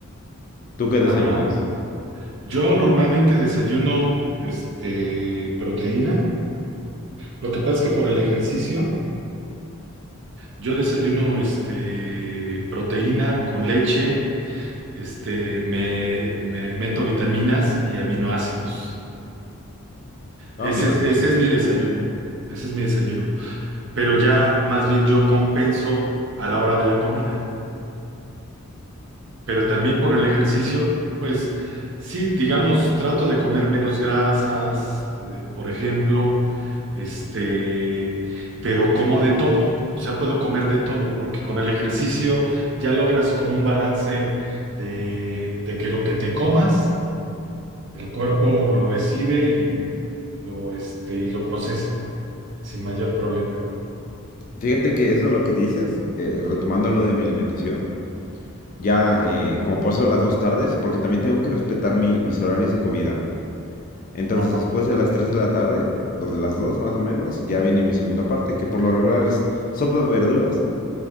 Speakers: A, on the left; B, on the right.
A: ¿Tú qué desayunas?
B: Ajá. Yo normalmente desayuno, este, proteína. Lo que pasa es que por el ejercicio, yo desayuno, este, proteína con leche, este, me, me meto vitaminas y aminoácidos.
A: Ah,
B: Ese
A: mira.
B: es, ese es mi desayuno. Ese es mi desayuno. pero ya más bien yo compenso a la hora de la comida. Pero también por el ejercicio, pues sí, digamos, trato de comer menos grasas, eh, por ejemplo, este, pero como de todo, o sea, puedo comer de todo, porque con el ejercicio ya logras como un balance de, de que lo que te comas, el cuerpo lo recibe y lo, este, y lo procesa sin mayor problema.
A: Fíjate que eso es lo que dices, eh, retomando lo de mi alimentación, ya eh, como paso las dos tardes, porque también tengo que respetar mi- mis horarios de comida. Entonces,
B: Ajá,
A: después de las 3 de la tarde, los de las 2 más o menos, ya viene mi segunda parte, que por lo regular es sopa de verduras